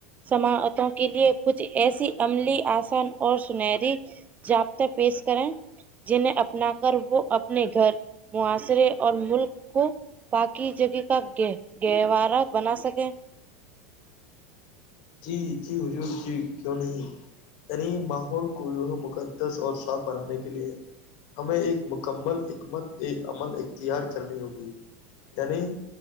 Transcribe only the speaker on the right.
سماعتوں کے لیے کچھ ایسی عملی آسان اور سنہری جابطہ پیش کریں جنہیں اپنا کر وہ اپنے گھر معاشرے اور ملک کو باقی جگہ کا گ گہوارا بنا سکے